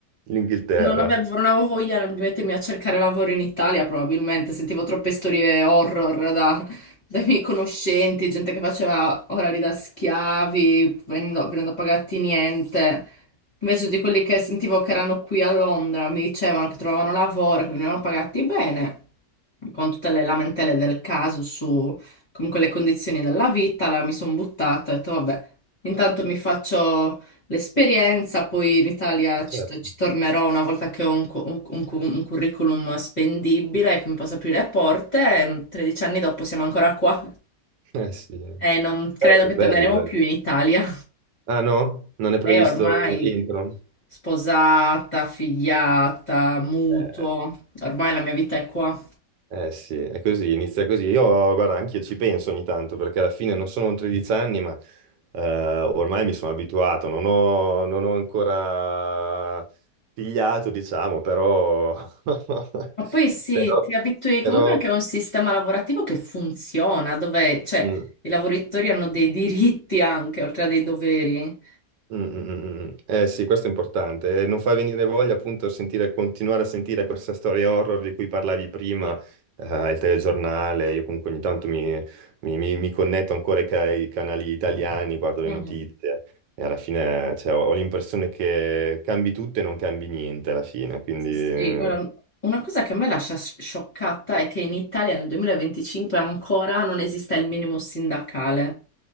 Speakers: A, on the right (about 80°); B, on the left (about 40°).
A: L'Inghilterra.
B: Non avevo, non avevo voglia di mettermi a cercare lavoro in Italia, probabilmente sentivo troppe storie horror da- dai miei conoscenti, gente che faceva orari da schiavi, venendo, venendo pagati niente. Invece di quelli che sentivo che erano qui a Londra, mi dicevano che trovavano lavoro, che venivano pagati bene, con tutte le lamentele del caso comunque le condizioni della vita, allora mi sono buttata, ho detto vabbè, intanto mi faccio l'esperienza, poi in Italia
A: Certo.
B: ci, ci tornerò una volta che ho un, cu- un- un cu- un curriculum spendibile che mi possa aprire le porte e 13 anni dopo siamo ancora qua
A: Eh sì. Bello,
B: e non credo che
A: bello,
B: torneremo
A: bello.
B: più in Italia.
A: Ah no? Non è previsto
B: E ormai
A: un rientro?
B: sposata, figliata, mutuo,
A: Eh,
B: ormai la mia vita è qua.
A: Eh sì, è così, inizia così. Io, guarda, anch'io ci penso ogni tanto perché alla fine non sono 13 anni, ma eh, ormai mi sono abituato, non ho, non ho ancora pigliato, diciamo, però, <laughs>
B: Ma poi sì,
A: però,
B: ti abitui
A: però,
B: comunque anche a un sistema lavorativo che funziona, dove, cioè,
A: mm,
B: i lavoratori hanno dei diritti anche, oltre a dei doveri.
A: Mm, mm, mm, mm. mm. Eh sì, questo è importante. Eh, Non fa venire voglia appunto sentire, continuare a sentire questa storia horror di cui parlavi prima, eh, il telegiornale. Io comunque ogni tanto mi, mi- mi- mi connetto ancora ai, ca- ai canali italiani, guardo le
B: Mhm.
A: notizie e alla fine cioè, ho, ho l'impressione che cambi tutto e non cambi niente alla fine. Quindi...
B: Sì,
A: eh,
B: guarda, un- una cosa che a me lascia sci- scioccata è che in Italia nel 2025 ancora non esista il minimo sindacale.